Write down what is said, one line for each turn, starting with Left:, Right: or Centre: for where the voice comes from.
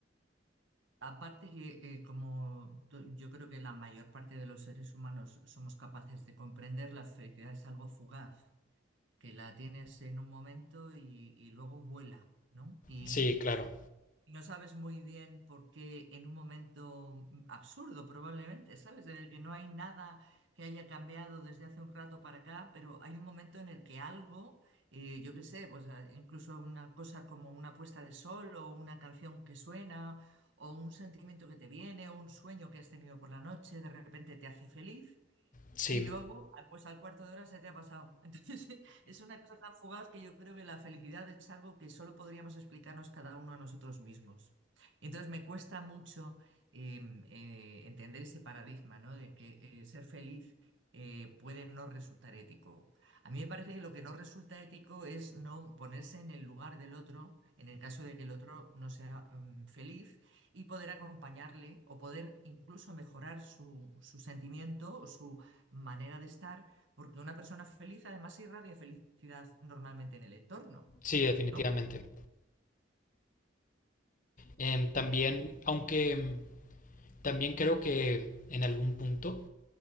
Right: Aparte que eh, como to- yo creo que la mayor parte de los seres humanos somos capaces de comprender, la felicidad es algo fugaz, que la tienes en un momento y, y luego vuela, ¿no? Y,
Left: Sí, claro.
Right: y no sabes muy bien por qué en un momento mm, absurdo probablemente, ¿sabes? En el que no hay nada que haya cambiado desde hace un rato para acá, pero hay un momento en el que algo, eh, yo qué sé, pues ah, incluso una cosa como una puesta de sol o una canción que suena o un sentimiento que te viene o un sueño que has tenido por la noche, de repente te hace feliz
Left: Sí,
Right: y luego, ah, pues al cuarto de hora se te ha pasado. Entonces, <laughs> es una cosa tan fugaz que yo creo que la felicidad es algo que solo podríamos explicarnos cada uno a nosotros mismos. Entonces, me cuesta mucho eh, eh, entender ese paradigma, ¿no? De que eh, ser feliz eh, puede no resultar ético. A mí me parece que lo que no resulta ético es no ponerse en el lugar del otro, en el caso de que el otro no sea mm, feliz y poder acompañarle o poder incluso mejorar su, su sentimiento o su, manera de estar, porque una persona feliz además irradia felicidad normalmente en el entorno,
Left: sí, definitivamente.
Right: ¿no?
Left: Em, también, aunque em, también creo que en algún punto,